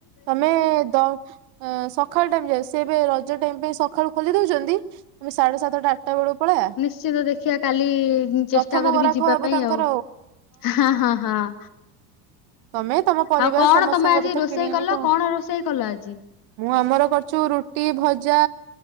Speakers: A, on the right (about 65°); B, on the left (about 45°).
A: ତମେ ଦ ସକାଳୁ ଟାଇମ ଯ ସେ ଏବେ ରଜ ଟାଇମ ପାଇଁ ସକାଳୁ ଖୋଲି ଦଉଛନ୍ତି ସାଢେ ସାତଟା ବେଳକୁ ପଳେଇଆ
B: ନିଶ୍ଚନ୍ତ ଦେଖିବା କାଲି
A: ପ୍ରଥମ
B: ଚେଷ୍ଟା କରିବି
A: ଗରାଖ
B: ଯିବା
A: ହବ
B: ପାଇଁ
A: ତାଙ୍କର
B: ଆଉ। ହଁ ହଁ ହଁ
A: ତମେ ତମ ପରିବାର
B: ଆଉ କଣ
A: ସମସ୍ତଙ୍କର
B: ତମେ ଆଜି
A: ତ
B: ରୋଷେଇ
A: କିଣି ଆଣିବ।
B: କଲ? କଣ ରୋଷେଇ କଲ ଆଜି?
A: ମୁଁ ଆମର କରଛୁ ରୁଟି ଭଜା